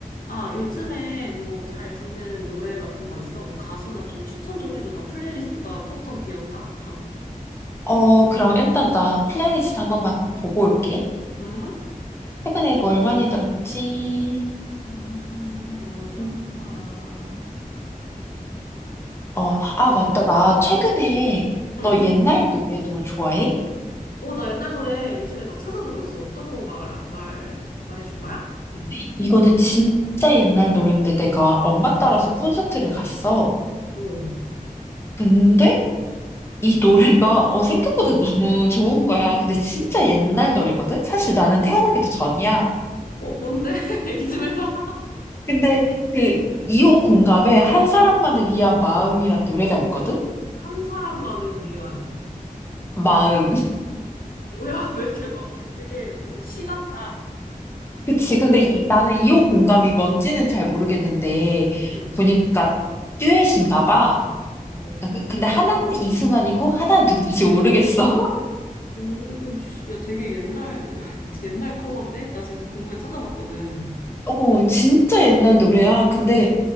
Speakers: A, on the left; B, on the left.
A: 아, 요즘에 뭐 잘 듣는 노래 같은 거 있어? 뭐 가수나 좀 추천 좀 해줘. 나 플레이리스트가 텅텅 비었다. <laughs>
B: 어, 그럼 일단 나 플레이리스트 한번 막 보고 올게.
A: 응?
B: 최근에 뭘 많이 들었지?
A: 음, 뭘 들었을까?
B: 음, 어,
A: 나도
B: 아,
A: 모르겠다.
B: 맞다. 나 최근에
A: 응, 응.
B: 너 옛날 노래도 좋아해?
A: 어, 나 옛날 노래 요즘에 막 찾아 듣고 있어. 어떤 거 말, 말, 말해줄 거야? 응.
B: 근데 이거는 진짜 옛날 노래인데 내가 엄마 따라서 콘서트를 갔어.
A: 어.
B: 근데 이 노래가 어, 생각보다 너무 좋은 거야. 근데 진짜 옛날 노래거든? 사실 나는 태어나기도 전이야.
A: 어, 뭔데? <laughs> 얘기 좀 해봐.
B: 근데 그 2호 공감에 한 사람만을 위한 마음이란 노래가 있거든?
A: 한 사람만을 위한.
B: 마음.
A: 어, 뭐야? <laughs> 왜 이렇게 막 되게 무슨 시 같다.
B: 그치. 근데 이, 나는 2호 공감이 뭔지는 잘 모르겠는데,
A: 응.
B: 보니까 듀엣인가 봐.
A: 뭐
B: 아, 그- 근데 하나는 이승환이고, 하나는 누군지 모르겠어.
A: 오, 오, 씨, 야, 되게 옛날, <laughs> 옛날 커버인데? 나 지금 궁금해 찾아봤거든.
B: <laughs>
A: 그래서,
B: 어, 진짜 옛날 노래야. 근데